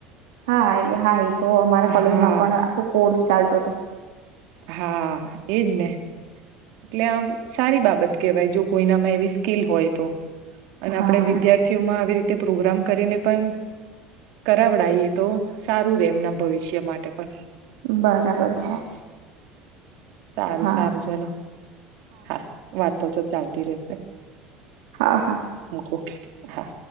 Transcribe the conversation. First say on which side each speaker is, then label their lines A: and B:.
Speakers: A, on the right; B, on the right.
A: હા હા એ તો અમારા કોલેજમાં
B: હા
A: પણ આખો કોર્સ ચાલતો હતો તો
B: હા એજ ને એટલે આમ સારી બાબત કેહેવાય જો કોઈનામાં એવી સ્કીિલ હોય તો અને
A: હા
B: આપડે વિદ્યાર્થીઓમાં આવી રીતે તે પ્રોગ્રામ કરીને પણ કરાવડાયએ તો સારું રે એમના ભવિષ્ય માટે પણ
A: બરાબર
B: હા
A: છે
B: સારું
A: હા
B: સારું ચલો હા વાતો તો ચાલતી રેશે
A: હા હા
B: મૂક હા